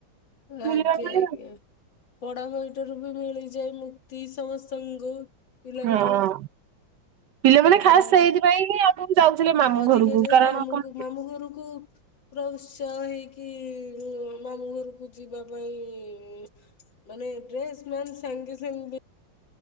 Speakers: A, on the right; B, on the left.
A: ବୁଲିବା
B: ଆଜ୍ଞା
A: ପାଇଁ
B: ଆଜ୍ଞା।
A: ଆଉ।
B: ପଡା ବହିଠାରୁ ବି ମିଳିଯାଏ ମୁକ୍ତି ସମସ୍ତଙ୍କୁ ପିଲାଙ୍କୁ।
A: ହଁ ପିଲାମାନେ ଖାସ୍
B: ମାମୁ
A: ସେଇଥିପାଇଁ ହିଁ ଆଗରୁ ଯାଉଥିଲେ ମାମୁଁ
B: ଅଧିକ
A: ଘରକୁ
B: ଯାଏ
A: କାରଣ
B: ମାମୁଁକୁ
A: କଣ
B: ମାମୁଁ ଘରକୁ। ପୁରା ଉତ୍ସାହ ହେଇକି ମାମୁଁ ଘରକୁ ଯିବା ପାଇଁ ମାନେ ଡ୍ରେସ୍ ମାନ୍ ସାଙ୍ଗେ ସାଙ୍ଗେ।